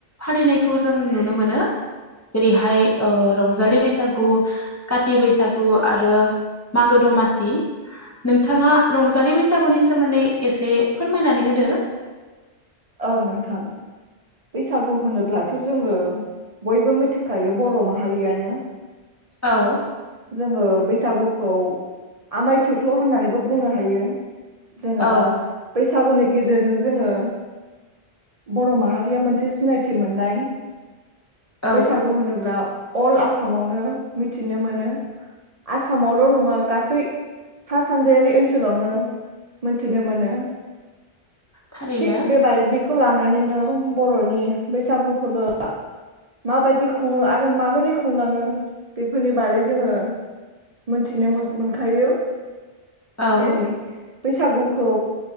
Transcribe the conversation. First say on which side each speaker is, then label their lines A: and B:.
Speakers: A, on the left (about 25°); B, on the right (about 45°).
A: फालिनायखौ जों नुनो मोनो जेरैहाय रंजालि बैसागु काति बैसागु आरो मागो दमासि नोंथाङा रंजालि बैसागुनि सोमोन्दै एसे फोरमायनानै होदो।
B: औ नोंथां बैसागु होनोब्लाथ' जोङो बयबो मिथिखायो बर' माहारियानो
A: औ
B: जोङो बै सागुखौ आमाय थुख्ल' होननानैबो बुंनो हायो। जेनबा
A: औ
B: बाैसा। सागुनि गेजेरजों जोङो बर' माहारिया मोनसे सिनायथि मोननाय
A: औ
B: बैसागु होनोब्ला अल आसामावनो मिथिनो मोनो आसामावल' नङा गासै सा सानजायारि ओनसोलावनो मोनथिनो मोनो।
A: थारैनो
B: थिग बेबाय बेखौ लानानै नैनो बर'नि बैसागु फोरबो माबायदि खुङो आरो माबोरै खुंलाङो बेफोरनि बारै जोङो मोनथिनो मो मोनखायो
A: औ
B: जेरै बैसागुखौ